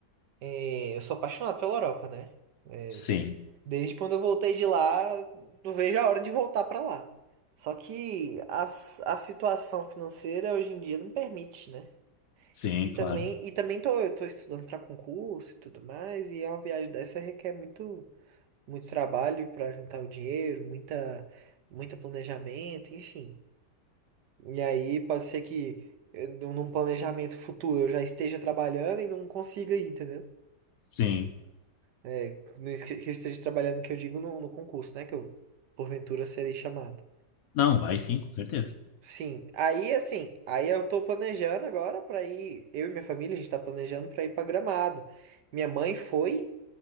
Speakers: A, on the right; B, on the left.
A: É, eu sou apaixonado pela Europa, né? É,
B: Sim,
A: s- desde quando eu voltei de lá, não vejo a hora de voltar pra lá. Só que a, s- a situação financeira hoje em dia não permite, né?
B: sim,
A: E também,
B: claro.
A: e também tô, eu tô estudando para concurso e tudo mais, e é uma viagem dessa requer muito, muito trabalho para juntar o dinheiro, muita, muita planejamento, enfim. E aí pode ser que eh, num num planejamento futuro eu já esteja trabalhando e não consiga ir, entendeu?
B: Sim.
A: É, não es- que eu esteja trabalhando, que eu digo no, no concurso, né? Que eu porventura serei chamado.
B: Não, vai sim, com certeza.
A: Sim, aí assim, aí eu tô planejando agora para ir, eu e minha família, a gente tá planejando para ir para Gramado. Minha mãe foi.